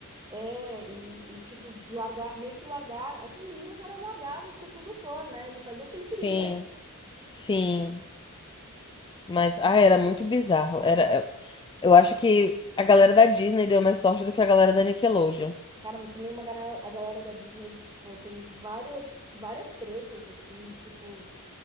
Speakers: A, on the right (about 20°); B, on the left (about 20°).
A: É, e, e, tipo, largar, meio que largaram. Essas meninas eram largadas com o produtor, né? Ele fazia o que ele
B: Sim,
A: queria.
B: sim. Mas, ah, era muito bizarro. Era, eu acho que a galera da Disney deu mais sorte do que a galera da Nickelodeon.
A: Cara, mas também uma galera, a galera da Disney, pô, tem várias, várias tretas, assim, tipo.